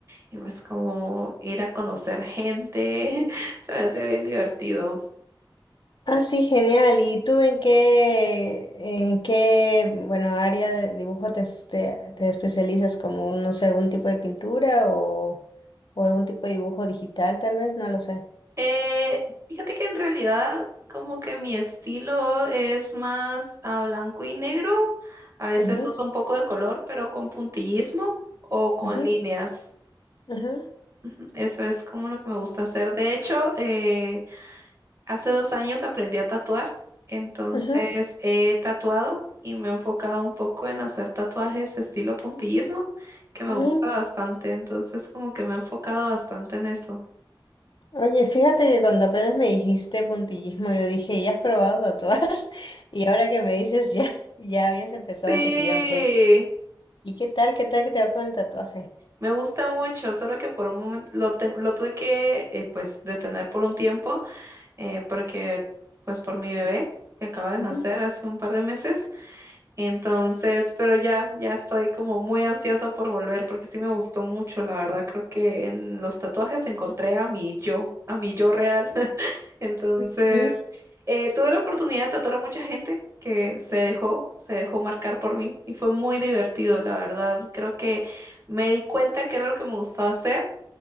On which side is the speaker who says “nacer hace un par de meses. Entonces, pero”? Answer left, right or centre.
Right